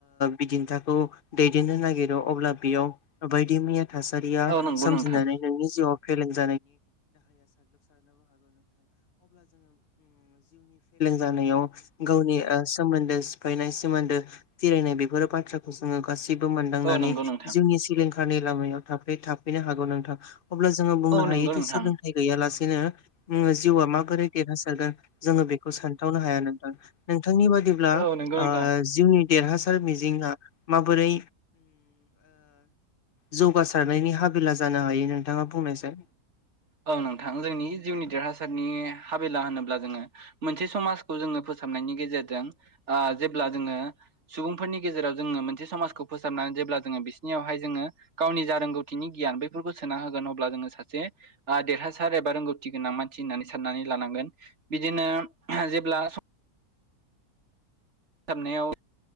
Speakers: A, on the left; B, on the right.
A: बिदिन्थाखौ दैदेननो नागिरो अब्ला बेयाव बायदि मैया थासारिया
B: औ नंगौ
A: सोमजिनानै
B: नोंथां
A: नोंनि जिउआव फेलें <unintelligible> जानायाव गावनि सोमोन्दो सिफायनाय सोमोन्दो फिरायनाय बेफोरो बाथ्राखौ जोङो गासैबो मोनदांनानै
B: औ नंगौ नोंथां
A: जिउनि लिंखारनि लामायाव थ थाफैनो हागौ नोंथां अब्ला जोङो बुंनो
B: औ नंगौ
A: हायोदि
B: नोंथां
A: सोलोंथाइ गैयालासेनो जिउआ माबोरै देरहासारगोन जोङो बेखौ सानथावनो हाया नोंथां नोंथांनि बादिब्ला
B: औ नंगौ नोंथां
A: जिउनि देरहासार मिजिंङा माबोरै जौगासारनायनि हाबेला जानो हायो नोंथाङा बुंनायसाय
B: औ नोंथां जोंनि जिउनि देरहासार हाबिला होनोब्ला जोङो मोनसे समाजखौ जोङो फोसाबनायनि गेजेरजों जे जोङो सुबुंफोरनि गेजेराव जोङो मोनसे समाजखौ फोसाबनानै जेब्ला जोङो बिसोरनियावहाय जोङो गावनि जा रोंगौथिनि गियान बेफोरफोरखौ सोना होगोन अब्ला जोङो सासे देरहासार एबा रोंगौथि गोनां मानसि होननानै साननानै लानांगोन बिदिनो जेब्ला फोसाबनायाव